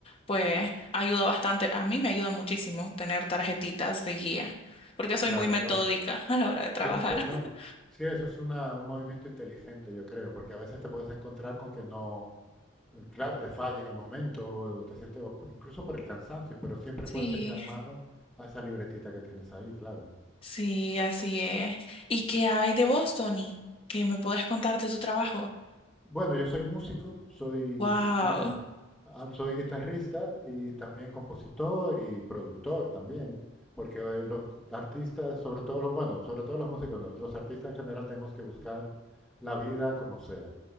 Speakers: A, on the left; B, in the centre.
A: pues ayuda bastante. A mí me ayuda muchísimo tener tarjetitas de guía porque soy
B: Claro,
A: muy metódica
B: claro.
A: a la hora de trabajar.
B: Eh, pues no,
A: <laughs>
B: sí, eso es una- un movimiento inteligente, yo creo, porque a veces te puedes encontrar con que no, eh, claro, te falla en el momento, o te sientes, o p- incluso por el cansancio, pero siempre
A: Sí,
B: puedes echar mano a esa libretita que tienes ahí, claro.
A: sí, así es. ¿Y qué hay de vos, Tony? ¿Qué me puedes contar de tu trabajo?
B: Bueno, yo soy músico, soy
A: Wow.
B: guita- ah, soy guitarrista y también compositor y productor también, porque eh, los artistas, sobre todo los, bueno, sobre todo los músicos no, los artistas en general tenemos que buscar la vida como sea,